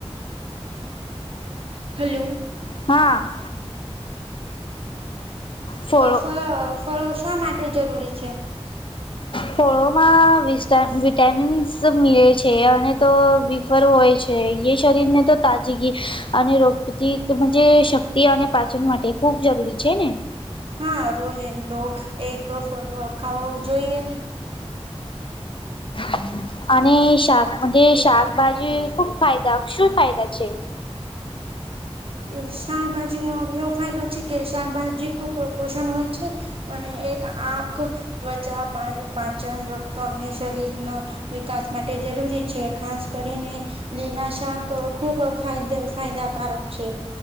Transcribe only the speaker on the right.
હલો.
અ ફળ ફળો શા માટે જરૂરી છે.
હા રોજ એક દો એક દો ફ ખાવાું જોઈએ ને.
અ શાકભાજી નો એવો ફાયદો છે કે શાકભાજી પોષણ હોય છે, અને એક આંખ ત્વચા પાચન તો અને શરીરનો, વિકાસ માટે જરૂરી છે ખાસ કરીને નિનાશાક ખૂબ ફાયદ ફાયદાકારક છે.